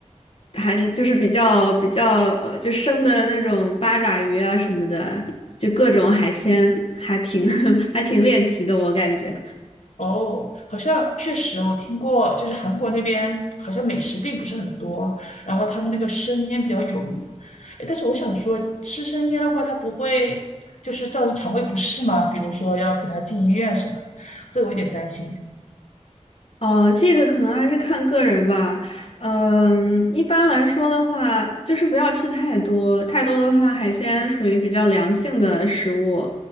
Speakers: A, on the left; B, on the left.
A: 还是就是比较比较呃，就生的那种八爪鱼啊什么的，就各种海鲜，还挺 <laughs> 还挺猎奇的，我感觉。
B: 哦，好像确实我听过，就是韩国那边好像美食并不是很多，然后他们那个生腌比较有名。诶但是我想说，吃生腌的话，它不会就是造成肠胃不适吗？比如说要可能要进医院什么的，这个我有点担心耶
A: 哦，这个可能还是看个人吧。嗯，一般来说的话，就是不要吃太多，太多的话，海鲜属于比较凉性的食物。